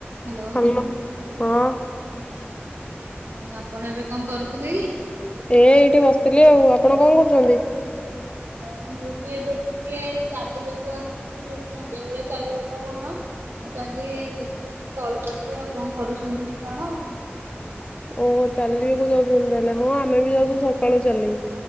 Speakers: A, on the right (about 65°); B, on the left (about 25°).
A: Hello
B: hello ହଁ।
A: ହଁ ଆପଣ ଏବେ କଣ କରୁଥିଲେ କି?
B: ଏ ଏଇଠି ବସିଥିଲି ଆଉ ଆପଣ କଣ କରୁଚନ୍ତି?
A: ହଁ ମୁଁ ବି ଏବେ ଟିକେ ଚାଲିବାକୁ ଆସିଛି ସଂଧ୍ୟା ଵେଳେ ଚାଲିବା ଟା ଭଲ। ମୁଁ କହିଲି ଦେଖିଆ ଟିକେ କଲ୍ କରିଦିଏ ଆଉ କଣ କରୁଚନ୍ତି କି କଣ।
B: ଓହୋ ଚାଲିବାକୁ ଯାଉଚନ୍ତି ତାହେଲେ ହଁ ଆମେ ବି ଯାଉଛୁ ସକାଳୁ ଚାଲି